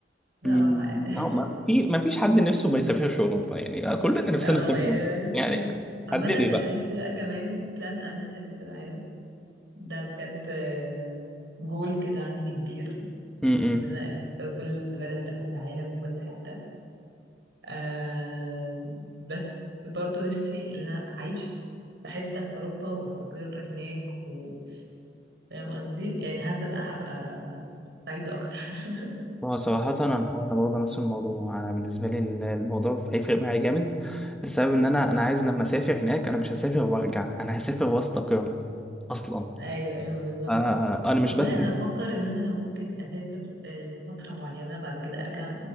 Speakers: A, on the right (about 85°); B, in the centre.
A: صراحة
B: مم، أو ما في ما فيش حد نفسه ما يسافرش اوروبا يعني بقى كلنا
A: <laughs>
B: نفسنا
A: اه
B: نسافر
A: يعني انا نفسي
B: يعني
A: عامة
B: حددي
A: انا
B: بقى
A: نفسي بقى كمان بلان انا نفسي الف العالم ده بجد جول كده عندي كبير
B: م-
A: ان
B: م.
A: انا الف كل بلد بقى في العالم وكل حتة آه بس برضو نفسي ان انا اعيش في حتة في اوروبا واستقر هناك و- فاهم قصدي يعني حاسة بقى هبقى سعيدة اكتر <laughs>
B: هو صراحة أنا أنا برضه نفس الموضوع أنا بالنسبة لي ال- الموضوع هيفرق معايا جامد لسبب إن أنا أنا عايز لما أسافر هناك أنا مش هسافر وأرجع أنا هسافر وأستقر أصلا
A: ايوه ايوه بالظبط
B: آه أنا مش
A: والله
B: بس
A: انا بفكر ان انا ممكن اسافر آه، لفتره معينه بعد كده ارجع